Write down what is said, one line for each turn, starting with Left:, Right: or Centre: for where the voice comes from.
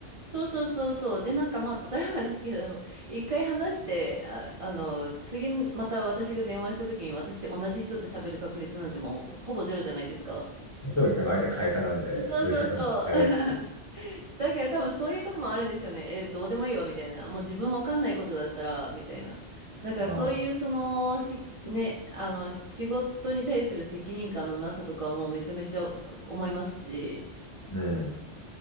Right: そうそうそうそう。で、なんかまあ、例えばですけど、<laughs> 一回話して、あ、あの、次、また私が電話した時に、私、同じ人と喋る確率なんてもう、ほぼゼロじゃないですか。
Left: そうですね。相手会社なんで、数百もやるっていう。
Right: そうそうそう。<laughs> だから多分そういうとこもあるんですよね。え、どうでもいいわ、みたいな。もう自分わかんないことだったら、みたいな。だからそういう、
Left: ああ、
Right: その、せ、ね、あの、仕事に対する責任感のなさとかもうめちゃめちゃ思いますし、
Left: うん。